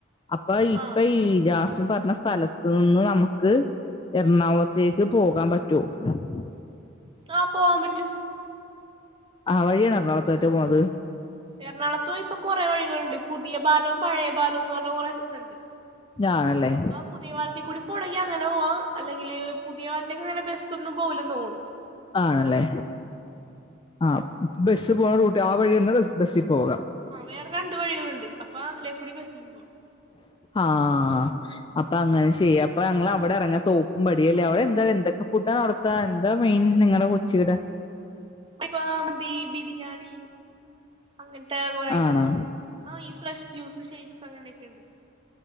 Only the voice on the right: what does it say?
ആ
ആഹ് പോവാൻ പറ്റും
എറണാകുത്തും ഇപ്പൊ കൊറെ വഴികളോണ്ട് പുതിയ പാലോം പഴയ പാലോംന്ന് പറഞ് കൊറെ ണ്ട്
അപ്പ പുതിയ പലത്തികൂടി പോണങ്കി അങ്ങനെ പോവാ അല്ലെങ്കില് പുതിയ പാലത്തേക്ക് അങ്ങനെ ബസ് ഒന്നും പോകലും തോണ്
ആ വേറെ രണ്ട് വഴികളുണ്ട് അപ്പൊ അതിലെകൂടി ബസിലും പോകാം
ഇപ്പോ മന്തി ബിരിയാണി അങ്ങനത്തെ കുറ ഐറ്റംസ്
ആ ഫ്രഷ് ജ്യൂസ് ഷെയ്ക്സ് അങ്ങനെയൊക്കെ ഉണ്ട്